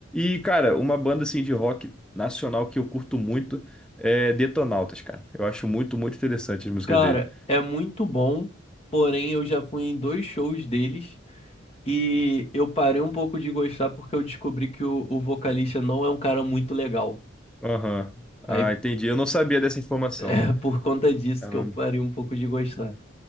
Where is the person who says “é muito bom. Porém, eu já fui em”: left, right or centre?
Left